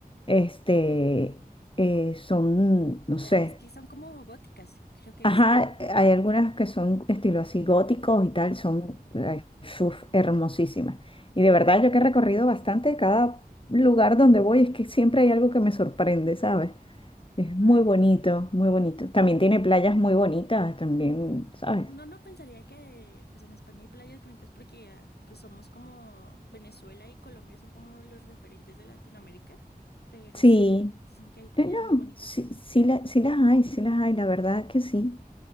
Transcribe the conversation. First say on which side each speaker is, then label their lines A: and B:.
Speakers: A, on the left (about 35°); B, on the left (about 85°).
A: Este, eh, son, no
B: cla-
A: sé.
B: es que son como góticas, creo que viste,
A: Ajá, hay algunas que son estilo así góticos y tal, son ay, uf, hermosísimas. Y de verdad, yo que he recorrido bastante, cada lugar donde voy es que siempre hay algo que me sorprende, ¿sabes? Es
B: vale.
A: muy bonito, muy bonito. También tiene playas muy bonitas, también, ¿sabes?
B: Uno no pensaría que pues en España hay playas bonitas porque ah, pues somos como Venezuela y Colombia son como los referentes de Latinoamérica, pero
A: Sí,
B: sí dicen que hay playas
A: no, no,
B: muy bonitas
A: sí,
B: en...
A: sí, la- sí las hay, sí las hay, la verdad que sí.